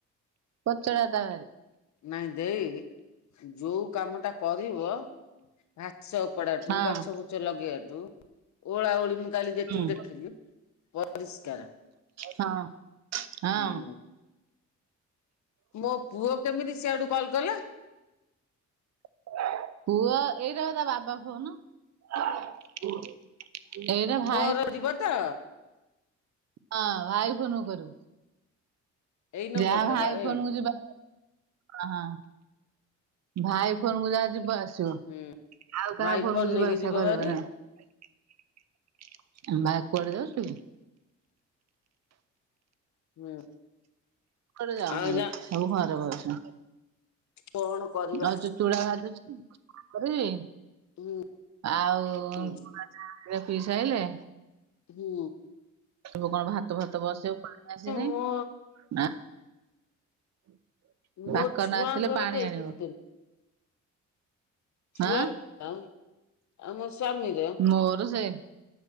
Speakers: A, on the right (about 60°); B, on the left (about 65°).
A: ପଚଡ଼ାଟା।
B: ନାଇଁ ଦେଇ ଯୋଉ କାମ ଟା କରିବ ଘାସ ଉପଡ଼ାଠୁ
A: ହଁ
B: ଗଛ ବୁଛ ଲଗେଇବାଠୁ ଓଳା ଓଳି‌ ମୁଁ ମୁଁ କାଲି ଯେତିକି
A: ହୁଁ
B: ଦେଖିଲି ପରିଷ୍କାର
A: ହଁ। ହଁ
B: ହୁଁ ମୋ ପୁଅ କେମିତି ସିଆଡୁ କଲ୍ କଲା?
A: <inaudible> ପୁଅ ଏଇଟା ତା ବାବା ଫୋନ। <unintelligible> ଏଇଟା ଭାଇ
B: ମୋର ଯିବ ତ?
A: ହଁ ଭାଇ ଫୋନକୁ କରିବୁ।
B: ଏଇ ନମ୍ବର
A: ଯାହା
B: ଟା
A: ଭାଇ
B: ବା
A: ଫୋନ୍
B: ଏ
A: କୁ ଯିବା ହଁ ଭାଇ ଫୋନକୁ ଯାହା ଯିବ ଆସିବ
B: ହୁଁ
A: ଆଉ କାହା
B: ଭାଇ
A: ଫୋନ୍
B: ଫୋନ
A: କୁ ଯିବା
B: ନେଇକି
A: ଆସିବା
B: ଯିବ
A: କରିବ
B: ଭାରି
A: ନାହିଁ। ବାହାରେ କୁଆଡେ଼ ଯାଉଚ କି?
B: ହୁଁ।
A: କୁଆଡେ ଯାାଉନାହାନ୍ତି
B: ଆଉ ଯା
A: ସବୁ ଘରେ ବଉସନ୍ତି
B: କଣ କରିବା
A: ନହେଲେ ଚୁ ଚୁଡ଼ା ଭାଜୁଛି କରିବି?
B: ହୁଁ।
A: ଆଉ
B: ହୁଁ
A: ବୁଢ଼ା ପିଈସା ଆଇଲେଣି?
B: ହୁଁ।
A: ସବୁ କଣ ଭାତ ଭାତ ବସିବ ପାଣି ଆସିନେଇଁ।
B: ମୋ ମୋ
A: ପାକନ
B: ଛୁଆଙ୍କର
A: ଆସିଲେ ପାଣି
B: ତ ଏ
A: ଆଣିବ
B: କିଛି ଛୁଆଳ
A: ହଁ
B: ଆଉ ମୋ ସ୍ଵାମୀର
A: ମୋର ସେଆ